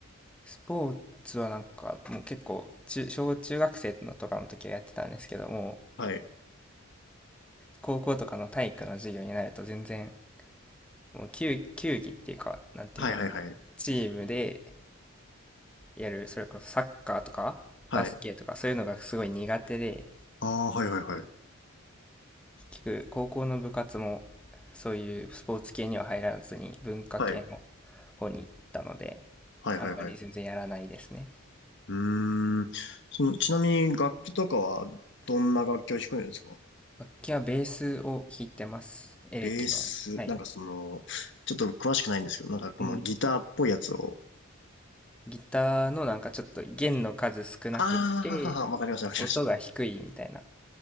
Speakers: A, in the centre; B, on the left (about 55°).
A: スポーツはなんかもう結構中、小中学生のとかの時はやってたんですけども、
B: はい。
A: 高校とかの体育の授業になると全然もう球、球技っていうか、なんていうんだろう。
B: はいはいはい。
A: チームでやる、それこそサッカーとか、
B: はい。
A: バスケとか、そういうのがすごい苦手で、
B: ああ、はいはいはい。
A: 結局、高校の部活も、そういうスポーツ系には入らずに、文化系の
B: はい。
A: 方に行ったので、
B: はいはいはい。
A: あんまり全然やらないですね。
B: うーん。その、ちなみに楽器とかはどんな楽器を弾くんですか
A: 楽器はベースを弾いてます。エレキの。
B: ベース、
A: はい。
B: なんかその、ちょっと詳しくないんですけど、なんかこのギターっぽいやつを。
A: うん。ギターのなんかちょっと弦の数少なくって、
B: ああ、ははは、わかりましたわかりました。
A: 音が低いみたいな。